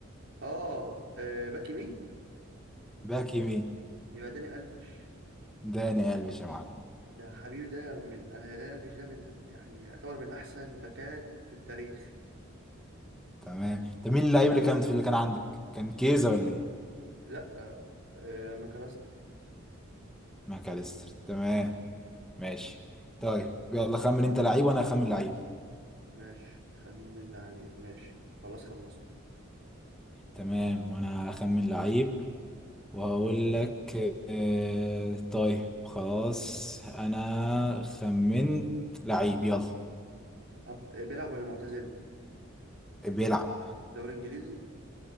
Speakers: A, on the right; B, in the centre.
A: اه آه، باك يمين
B: باك يمين
A: يبقى داني ألفش
B: داني قلبي يا معلم
A: ده حبيبي ده من... انا داني ألفش ده من يعني من يعتبر من احسن باكات في التاريخ
B: تمام طب مين اللعيب اللي كان في اللي كان عندك كان كيزا ولا ايه
A: لا آه ماكاليستر
B: ماكاليستر تمام ماشي طيب يلا خمن انت لعيب وانا اخمن لعيب
A: ماشي خمن لعيب ماشي خلاص خلصت
B: تمام وانا اخمن لعيب وهقول لك آه، طيب خلاص انا خمنت لعيب يلا
A: هب- آه، بيلعب ولا معتزل
B: بيلعب
A: دوري انجليزي